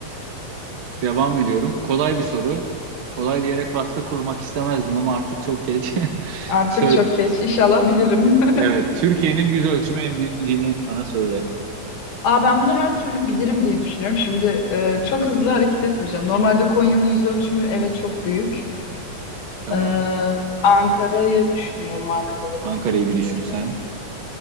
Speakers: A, on the right; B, on the left.
A: Devam ediyorum. Kolay bir soru. Kolay diyerek baskı kurmak istemezdim ama artık çok geç. <laughs>
B: Artık
A: Sö-
B: çok geç. İnşallah bilirim. <laughs>
A: evet, Türkiye'nin yüz ölçümü en büyük ilini bana söyle.
B: Aa ben bunu her türlü bilirim diye düşünüyorum. Şimdi e, çok hızlı hareket etmeyeceğim. Normalde Konya'nın yüz ölçümü evet çok büyük.
A: Tamam.
B: Ee, Ankara'yı düşünüyorum Ankara ve
A: Ankara'yı
B: Konya'ya
A: bir
B: göre.
A: düşün sen.